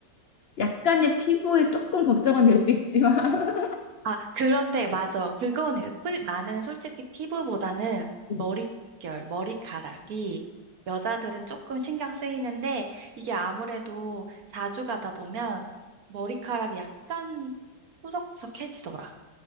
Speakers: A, on the left; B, on the right.
A: 약간의 피부에 조금 걱정은 될 수 있지만.
B: 아, 그런데 맞아. 그거는 솔- 나는 솔직히 피부보다는
A: <laughs> 음.
B: 머릿결, 머리카락이 여자들은 조금 신경 쓰이는데 이게 아무래도 자주 가다 보면 머리카락이 약간 푸석푸석해지더라.